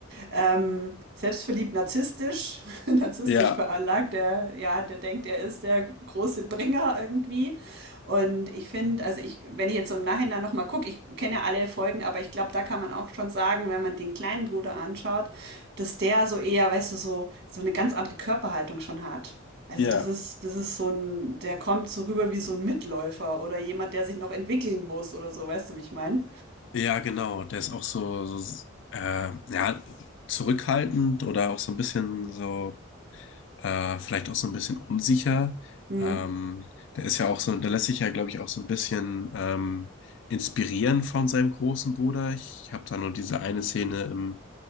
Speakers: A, on the right; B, on the left.
A: ähm, selbstverliebt, narzisstisch, <laughs> narzisstisch
B: ja,
A: veranlagt, der, ja, der denkt, er ist der große Bringer irgendwie. Und ich finde, also ich, wenn ich jetzt im Nachhinein nochmal gucke, ich kenne ja alle Folgen, aber ich glaube, da kann man auch schon sagen, wenn man den kleinen Bruder anschaut, dass der so eher, weißt du, so, so eine ganz andere Körperhaltung schon hat. Also
B: ja,
A: das ist, das ist so ein, der kommt so rüber wie so ein Mitläufer oder jemand, der sich noch entwickeln muss oder so, weißt du, wie ich meine?
B: ja, genau. Der ist auch so, so äh, ja, zurückhaltend oder auch so ein bisschen so. äh, vielleicht auch so ein bisschen unsicher.
A: Mhm.
B: Ähm, der ist ja auch so, der lässt sich ja, glaube ich, auch so ein bisschen ähm, inspirieren von seinem großen Bruder. Ich habe da nur diese eine Szene im,